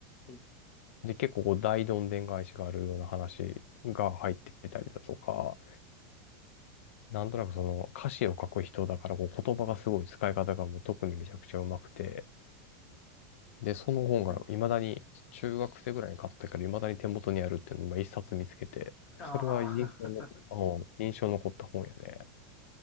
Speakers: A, on the left; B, on the left.
A: はい。
B: で、結構こう大どんでん返しがあるような話が入ってきたりだとか、なんとなくその歌詞を書く人だからこう言葉がすごい使い方がもう特にめちゃくちゃうまくて、で、その本が未だに、
A: はい。
B: 中学生ぐらいに買ったから未だに手元にあるっていうのを今一冊見つけて、
A: あー
B: それは印象の、うん印象残った本やね。